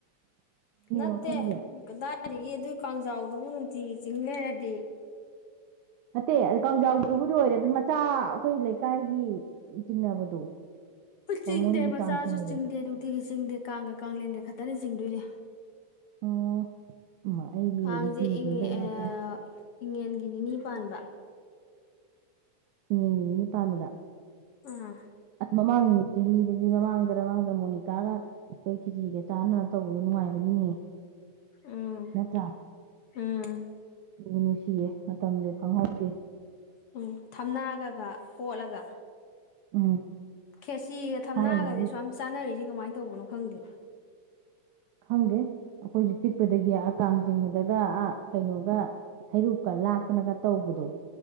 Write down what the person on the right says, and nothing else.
ꯋꯥꯈꯜꯁꯦ
ꯅꯠꯇꯦ ꯑꯗꯨ ꯀꯥꯡꯖꯥꯎꯗꯨꯕꯨꯗꯤ ꯑꯣꯏꯔꯦ ꯑꯗꯣ ꯃꯆꯥ ꯑꯩꯈꯣꯏ ꯂꯩꯀꯥꯏꯒꯤ ꯆꯤꯡꯅꯕꯗꯣ ꯕꯥꯃꯣꯟꯒꯤ
ꯀꯥꯡ ꯆꯤꯡꯕꯗꯣ
ꯑꯣ ꯑꯩꯗꯤ
ꯅꯨꯡꯇꯤꯒꯤ
ꯆꯤꯡꯕꯣꯏ ꯉꯥꯛꯇ
ꯏꯉꯦꯟꯒꯤ ꯄꯥꯟꯕꯗ
ꯑꯁ ꯃꯃꯥꯡ ꯆꯍꯤꯗꯗꯤ ꯃꯃꯥꯡꯗ ꯃꯃꯥꯡꯗ ꯃꯣꯅꯤꯀꯥꯅ ꯑꯩꯈꯣꯏ ꯈꯦꯆꯔꯤꯒ ꯆꯥꯟꯅꯗꯅ ꯇꯧꯕꯗꯣ ꯅꯨꯡꯉꯥꯏꯕꯅꯤꯅꯦ꯫
ꯅꯠꯇ꯭ꯔ
ꯅꯨꯡꯁꯤꯌꯦ ꯃꯇꯝꯁꯦ ꯈꯪꯍꯧꯗꯦ
ꯎꯝ
ꯊꯥꯏꯅꯗꯤ
ꯈꯪꯗꯦ ꯑꯩꯈꯣꯏꯁꯨ ꯄꯤꯛꯄꯗꯒꯤ ꯀꯥꯡ ꯆꯤꯡꯕꯗꯒ ꯑ ꯀꯩꯅꯣꯒ ꯍꯩꯔꯨꯛꯀ ꯂꯥꯠꯇꯅꯒ ꯇꯧꯕꯗꯣ